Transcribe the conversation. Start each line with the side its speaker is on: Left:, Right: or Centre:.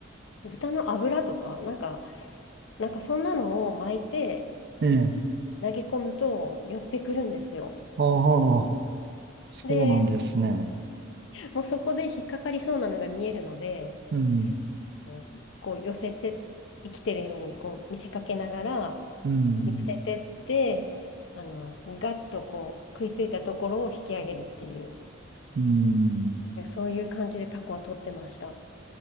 Left: 豚の脂とか、なんか、なんかそんなのを巻いて
Right: ええ。
Left: 投げ込むと寄ってくるんですよ。
Right: ああ、そうなんですね。
Left: で、もうそこで引っかかりそうなのが見えるので、
Right: うん。
Left: うんこう寄せて、生きてるようにこう見せかけながら
Right: うん。
Left: 寄せてって、あの、ガッとこう食いついたところを引き上げるっていう、
Right: うん。
Left: そういう感じでタコは取ってました。